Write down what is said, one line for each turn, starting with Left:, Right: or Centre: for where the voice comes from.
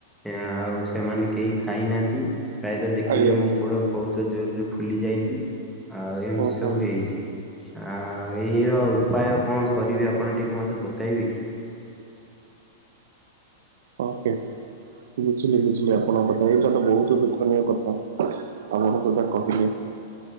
Centre: ଆଉ ସେମାନେ କେହି ଖାଇନାହାନ୍ତି। ପ୍ରାୟତଃ ଦେଖିଲେ
Right: ଆଜ୍ଞା
Centre: ମୋ ଗୋଡ ବହୁତ ଜୋରରେ ଫୁଲି ଯାଇଛି ଆଉ ଏମିତି
Right: ହଁ
Centre: ସବୁ
Right: ହଁ
Centre: ହେଇଛି। ଆଉ ଏଇ ର ଉପାୟ କଣ କରିବି ଆପଣ ଟିକେ ମତେ ବତେଇବେ କି?
Right: ଓକେ ବୁଝିଲି ବୁଝିଲି ଆପଣଙ୍କ କଥା ଏଇଟା ତ ବହୁତ ଦୁଃଖନୀୟ କଥା। ତମର ଯୋଉଟା କହିଲେ।